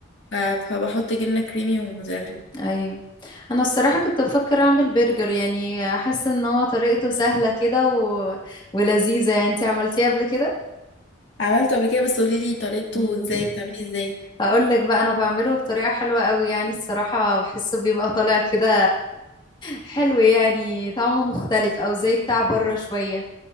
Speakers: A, on the left; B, on the left.
A: ف... فبحط جبنة كريمي وموتزاريلا
B: ايوه انا الصراحة كنت بفكر اعمل برجر يعني حاسة ان هو طريقته سهلة كده و... ولذيذة يعني انتي عملتيه قبل كده
A: عملته قبل كده بس قوليلي طريقته
B: مم.
A: ازاي بتعمليه ازاي
B: هقول لك بقى انا بعمله بطريقة حلوة قوي يعني الصراحة بحسه بيبقى طالع كده حلو يعني طعمه مختلف او زي بتاع بره شوية